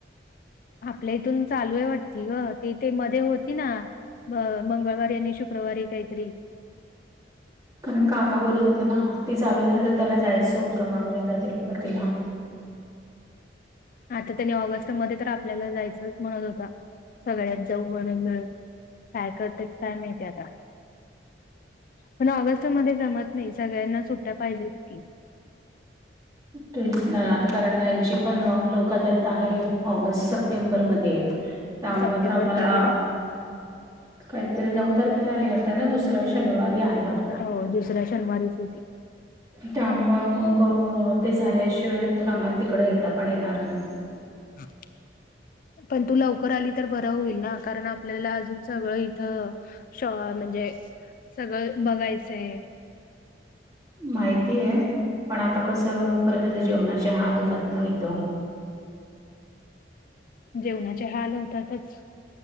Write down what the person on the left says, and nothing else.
आपल्या इथून चालू आहे वाटती ग ती ते मध्ये होती ना. म मंगळवारी आणि शुक्रवारी काहीतरी.
आता त्यांनी ऑगस्ट मध्ये तर आपल्याला जायचंच म्हणत होता. सगळ्यात जाऊ म्हणून मिळून काय करते टयम येत आता. पण ऑगस्ट मध्ये जमत नाही सगळ्यांना सुट्या पाहिजे की.
सप्टेंबर
कितीला आहे?
हो दुसऱ्या शनवारीच येते.
हा पण तू लवकर आली तर बरं होईल ना कारण आपल्याला अजून सगळं इथं. शॉ म्हणजे सगळं बघायचंय.
जेवणाचे हाल होतातच